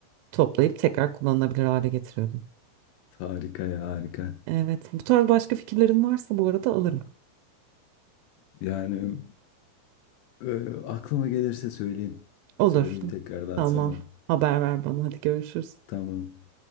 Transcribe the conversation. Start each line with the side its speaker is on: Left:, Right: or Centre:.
Right: toplayıp tekrar kullanılabilir hale getiriyordum.
Left: Harika ya harika.
Right: Evet. Bu tarz başka fikirlerin varsa bu arada alırım.
Left: Yani e, aklıma gelirse söyleyeyim.
Right: Olur.
Left: Söyleyeyim tekrardan
Right: Tamam.
Left: sana.
Right: Haber ver bana. Hadi görüşürüz.
Left: Tamam.